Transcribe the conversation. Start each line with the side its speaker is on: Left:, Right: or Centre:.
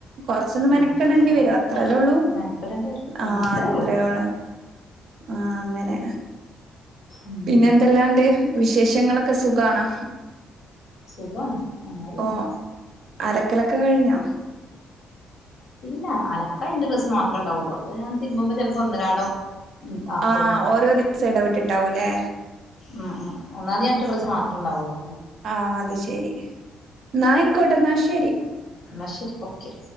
Right: കുറച്ചൊന്ന് മെനക്കെടേണ്ടി
Left: ഉം പിന്നെ അങ്ങനെ
Right: വരും അത്രല്ലേ ഉള്ളൂ
Left: മെനക്കെടേണ്ടി വരും ഉം
Right: ആഹ
Left: അത്രേ
Right: അത്ര
Left: ഉള്ളൂ
Right: ഉള്ളു ആഹ് അങ്ങനെ
Left: ഉം
Right: പിന്നെ എന്തെല്ലാണ്ട് വിശേഷങ്ങളൊക്കെ സുഖണോ?
Left: സുഖാണ് അങ്ങനെ പോണ്
Right: ഓ അലക്കലൊക്കെ കഴിഞ്ഞോ?
Left: ഇല്ല അലക്ക ഇന്റെ ഡ്രസ്സ് മാത്രേ ഉണ്ടാവുള്ളൂ അത് ഞാ തിരുപുമ്പോ ചിലപ്പോ ഒന്നരാടം ഉം ആക്കുള്ളൂ
Right: ആ ഓരോ ദിവസം ഇടവിട്ടിട്ടാവൂല്ലേ?
Left: ഉം ഉം ഒന്നാമതിഞട്ട ഡ്രസ് മാത്രമ ഉണ്ടാവള്ളൂ
Right: ആഹ് അത് ശെരി ന്നാ യിക്കോട്ട എന്നാ ശരി
Left: ന്നാ ശരി ഓക്കെ